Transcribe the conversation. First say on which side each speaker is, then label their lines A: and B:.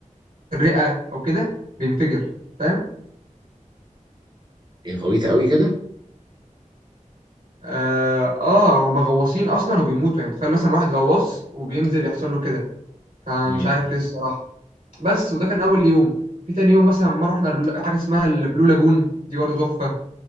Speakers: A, on the right; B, on the right.
A: الرئة او كده بينفجر فاهم
B: ايه غويطة قوي كده
A: اه, آه هما غواصين اصلا وبيموتوا يعني تخيل مثلا واحد غواص وبينزل يحصل له كده فمش
B: امم
A: عارف ليه الصراحة بس وده كان اول يوم في تاني يوم مثلا مرة رحنا ال- حاجة اسمها البلو لاجون دي برضه تحفة